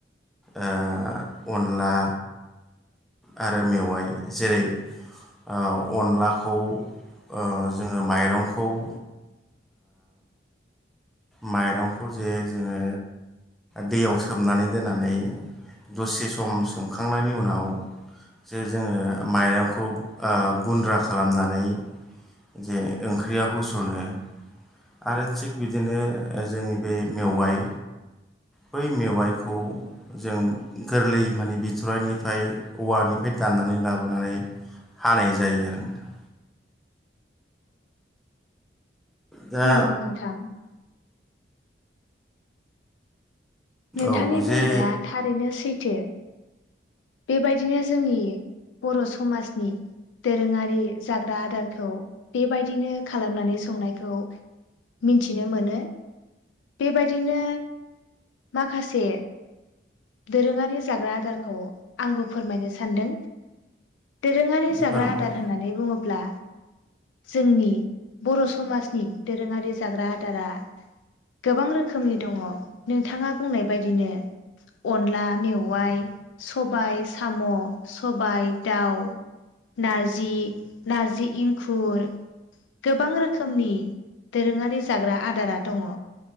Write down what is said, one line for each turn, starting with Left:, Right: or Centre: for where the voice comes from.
Centre: ओ अनला आरो मेवाय जेरै ओ अनलाखौ ओ जोङो माइरंखौ ओ माइरंखौ जे जोङो दैयाव सोमनानै दोननानै दसे सम सोमखांनायनि उनाव जे जोङो माइरंखौ ओ गुन्द्रा खालामनानै जे ओंख्रियाव होस'नो आरो थिग बिब बिदिनो जोंनि बे मेवाइ बै मेवाइखौ जों गोरलै माने बिथ'रायनिफाय औवानिफ्राय दाननानै लाबोनानै हानाय जायो आरो दा
Left: नोंगौ नोंथां नोंथांनि
Centre: औ जे
Left: बुंनाया थारैनो सैथ थो बेबायदिनो जोंनि बर' समाजनि दोरोङारि जाग्रा आदारखौ बेबायदिनो खालामनानै संनायखौ मिन्थिनो मोनो बेबायदिनो माखासे दोरोङारि जाग्रा आदारखौ आंबो फोरमायनो सानदों दोरोङारि जाग्रा
Centre: फोर
Left: आदार होननानै बुङो ब्ला जोंनि बर' समाजनि दोरोङारि जाग्रा आदारा गोबां रोखोमनि दङ नोंथाङा बुंनाय बायदिनो अनला मेवाइ, सबाय साम', सबाय दाउ, नारजि नार्जि इं खुर गोबां रोखोमनि दोरोङारि जाग्रा आदारा दङ